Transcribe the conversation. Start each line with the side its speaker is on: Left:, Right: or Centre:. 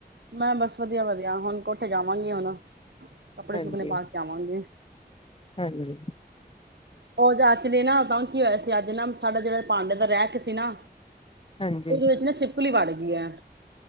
Right: ਮੈਂ ਬਸ ਵਧੀਆ ਵਧੀਆ ਹੁਣ ਕੋਠੇ ਜਾਵਾਂਗੀ ਹੁਣ ਕੱਪੜੇ
Left: ਹਾਂਜੀ,
Right: ਸੁੱਕਣੇ ਪਾ ਕੇ ਆਵਾਂਗੀ
Left: ਹਾਂਜੀ,
Right: ਉਹ ਜਾਚ ਲੇ ਨਾ ਤਾਂ ਕੀ ਹੋਇਆ ਸੀ ਅੱਜ ਨਾ ਸਾਡਾ ਜਿਹੜਾ ਭਾਂਡੇ ਦਾ ਰੈਂਕ ਸੀ ਨਾ
Left: ਹਾਂਜੀ।
Right: ਉਹਦੇ ਵਿੱਚ ਨਾ ਛਿਪਕਲੀ ਬੜ ਗਈ ਏ